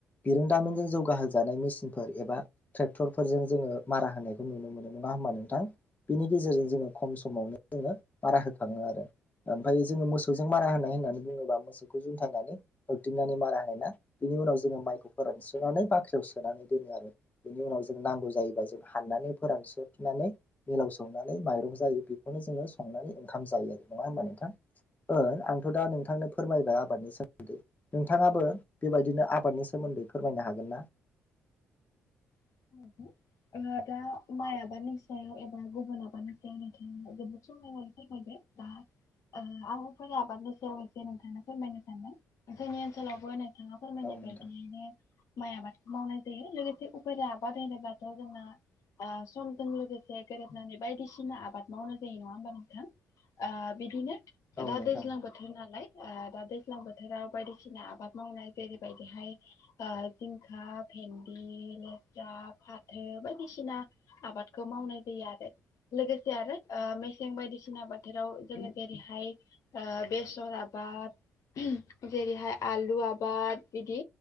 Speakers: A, on the left (about 25°); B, on the left (about 60°).
A: बिरोंदामिजों जौगाहोजानाय मेसिनफोर एबा ट्रेक्टरफोरजों जोङो मारा होनायखौ नुनो मोनो नङा होमा नोंथां। बिनि गेजेरजों जोङो खम समावनो जोङो मारा होखाङो । ओ ओमफ्राय जोङो मोसौजों मारा होनाय होननानै बुङोबा मोसौखौ जुन्थायनानै होबथिंनानै मारा होनाय बिनि उनाव जोङो माइखौ फोरानस्रोनानै बाख्रियाव सोनानै दोनो आरो बेनि उनाव जों नांगौ जायोब जों हाननानै फोरानसोफिननानै मिलाव संनानै माइरं जायो बेखौनो जोङो संनानै ओंखाम जायो आरो नङा हबा नोंथां ओ आंथ' दा नोंथांनो फोरमायबाय आबादनि सोमोन्दै <inaudible> नोंथाङाबो बेबायदिनो आबादनि सोमोन्दै फोरमायनो हागोन ना
B: <inaudible> ओ दा माइ आबनि सायाव एबा गुबुन आबादनि सायाव नोंथाङा जोबोद समहायनानै फोरमायबाय दा ओ आंफोर आबादनि सायाव एसे नोंथांनो फोरमायनो सानदों जोंनि ओनसोलावबो बिथाङा फोरमायनाय
A: औ नोंथां
B: बायदिहैनो माइ आबादखौ मावनाय जायो लोगोसे फोरा आबाद होनोबथ' जोंना ओ समजों लोगोसे गोरोबनानै बायदिसिना आबाद मावनाय जायो नङा होमबा नोंथां ओ बिदिनो
A: औ
B: दा
A: नोंथां
B: दैज्लां बोथोर नालाय ओ दा दैज्लां बोथोराव बायदिसिना आबाद मावनाय जेरैबायदिहाय ओ जिंखा भिन्दी <unintelligible> <unintelligible> फाथो बायदिसिना आबादखौ मावनाय जायो आरो लोगोसे आरो ओ मेसें बायदिसिना बोथोराव जोङो जेरैहाय ओ बेसर आबाद <unintelligible> जेरैहाय आलु आबाद बिदि